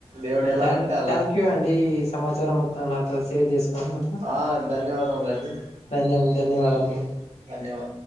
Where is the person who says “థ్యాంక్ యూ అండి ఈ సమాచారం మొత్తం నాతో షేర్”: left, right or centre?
Left